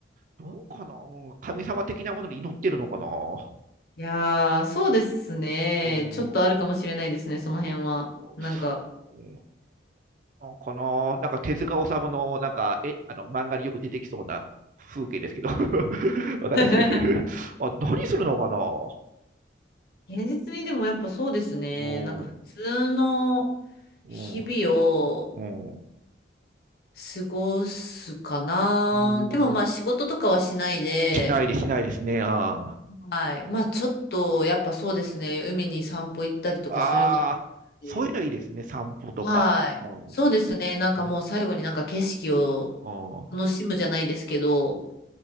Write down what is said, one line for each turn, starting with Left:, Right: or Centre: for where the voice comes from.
Right: どうかな、うん神様的なものに祈ってるのかな、
Left: いやー、そうですね。
Right: うん
Left: ちょっとあるかもしれないですね、その辺は。
Right: おお
Left: なんか、
Right: うんあこの、なんか手塚治虫の、なんか、え、あの、漫画によく出てきそうな風景ですけど、<laughs> わかんないですけど、
Left: <laughs>
Right: あ、何するのかなお
Left: 現実にでもやっぱそうですね。
Right: お
Left: なんか普通の
Right: お
Left: 日々を
Right: うん
Left: 過ごすかな。
Right: うん
Left: でもまあ仕事とかはしないで、
Right: しないでしないですね。あー
Left: はい。まあちょっとやっぱそうですね。海に散歩行ったりとかするかなっ
Right: あー、
Left: て。
Right: そういうのいいですね。散歩とか。
Left: はい。
Right: おうん、
Left: そうですね。なんかもう最後になんか景色を
Right: もう、
Left: 楽しむじゃないですけど、